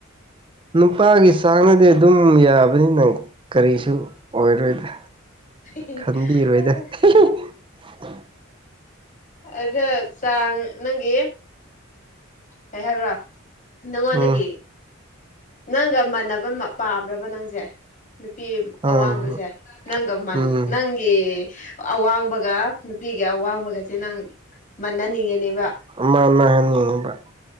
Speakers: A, on the right; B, on the left.
A: ꯅꯨꯄꯥꯒꯤ ꯆꯥꯡꯅꯗꯤ ꯑꯗꯨꯝ ꯌꯥꯕꯅꯤꯅ ꯀꯔꯤꯁꯨ ꯑꯣꯏꯔꯣꯏꯗ
B: ꯑ <unintelligible>
A: ꯈꯟꯕꯤꯔꯣꯏꯗ <inaudible>
B: ꯑꯗꯨ ꯆꯥꯡ ꯅꯪꯒꯤ ꯀꯩ ꯍꯥꯏꯕ꯭ꯔꯥ ꯅꯪꯉꯣꯟꯗꯒꯤ
A: ꯎꯝ
B: ꯅꯪꯒ ꯃꯥꯟꯅꯕ ꯄꯥꯝꯕ꯭ꯔꯥꯕ ꯅꯪꯁꯦ ꯅꯨꯄꯤ
A: ꯑꯥ
B: ꯑꯋꯥꯡꯕꯁꯦ ꯅꯪꯒ
A: ꯎꯝ
B: ꯅꯪꯒꯤ ꯑꯋꯥꯡꯕꯒ ꯅꯨꯄꯤꯒꯤ ꯑꯋꯥꯡꯕꯒꯁꯦ ꯅꯪ ꯃꯅꯅꯤꯡꯉꯦꯅꯦꯕ
A: ꯃꯥ ꯃꯥꯅꯅꯤꯡꯕ